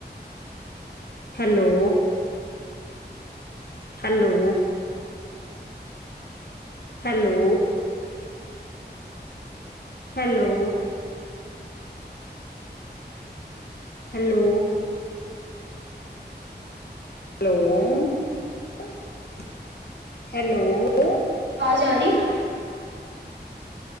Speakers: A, on the left; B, on the right.
A: Hello. Hello. Hello. Hello. Hello. Hello hello.
B: ਅਵਾਜ ਆ ਰੀ ਏ।